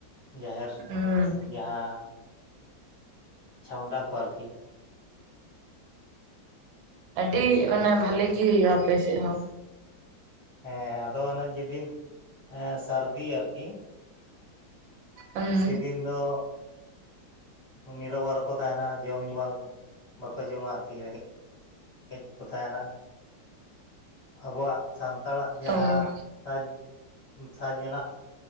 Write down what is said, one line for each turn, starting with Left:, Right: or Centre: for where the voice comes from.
Left: ᱡᱟᱦᱮᱨ
Right: ᱦᱩᱸ ᱦᱩᱸ
Left: ᱡᱟᱦᱟᱸ ᱪᱷᱟᱢᱰᱟ ᱠᱚ ᱟᱨ ᱠᱤ᱾
Right: ᱟᱹᱰᱤ ᱢᱟᱱᱮ
Left: ᱟᱫᱚ
Right: ᱵᱷᱟᱹᱞᱮ ᱜᱤ ᱟᱯᱮ ᱥᱮᱫ ᱦᱚᱸ᱾
Left: ᱦᱮᱸ ᱟᱫᱚ ᱚᱱᱮ ᱡᱮ ᱫᱤᱱ ᱥᱟᱨᱫᱤ ᱟᱨ ᱠᱤ ᱼᱼ
Right: ᱦᱩᱸ
Left: ᱥᱮ ᱫᱤᱱ ᱫᱚ ᱱᱤᱨᱚᱵᱟᱨ ᱨᱮᱠᱚ ᱛᱟᱸᱦᱮᱱᱟ᱾ ᱡᱚᱢ ᱧᱩ ᱵᱟᱝ ᱵᱟᱠᱚ ᱡᱚᱢᱟ ᱟᱨ ᱠᱤ ᱨᱮᱸᱜᱮᱡ ᱛᱮᱠᱚ ᱛᱟᱸᱦᱮᱱᱟ᱾ ᱟᱵᱚᱣᱟᱜ ᱥᱟᱱᱛᱟᱲᱟᱜ ᱡᱟᱦᱟᱸ
Right: ᱚ
Left: ᱥᱟᱡ ᱥᱟᱡ ᱢᱮᱱᱟᱜ